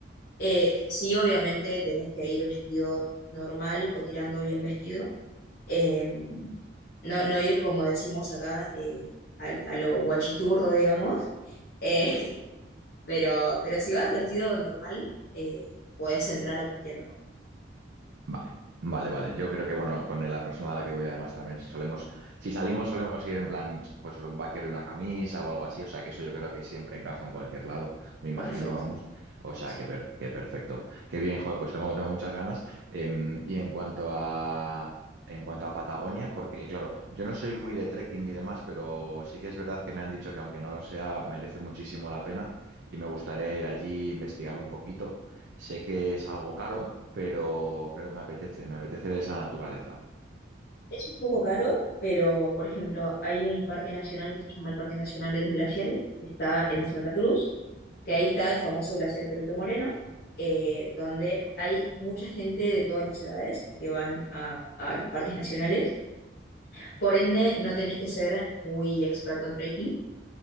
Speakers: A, on the left (about 55°); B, on the right (about 70°).
A: Eh, sí, obviamente tenés que ir vestido normal o tirando bien vestido. Eh, no, no ir, como decimos acá, eh, a, a lo guachiturro, digamos. Eh, <laughs> pero, pero si vas vestido normal, eh, podés entrar a cualquier lado.
B: Vale, vale, vale. Yo creo que, bueno, con la persona a la que voy además también solemos, si salimos solemos ir en plan, pues un vaquero y una camisa o algo así, o sea que eso yo creo que siempre encaja en cualquier lado, me imagino,
A: Perfecto,
B: vamos. O sea
A: sí.
B: que, per- que perfecto. Qué bien, joder, pues tengo, tengo muchas ganas. Em, y en cuanto a... En cuanto a Patagonia, porque claro, yo no soy muy de trekking ni demás, pero sí que es verdad que me han dicho que aunque no lo sea, merece muchísimo la pena y me gustaría ir allí, investigar un poquito. Sé que es algo caro, pero creo que me apetece, me apetece ver esa naturaleza.
A: Es un poco caro, pero por ejemplo, hay un parque nacional que se llama el Parque Nacional de los Glaciares, que está en
B: Ujú,
A: Santa Cruz, que ahí está el famoso glaciar Perito Moreno, eh, donde hay mucha gente de todas las edades que van a, a los parques nacionales. Por ende, no tenés que ser muy experto en trekking,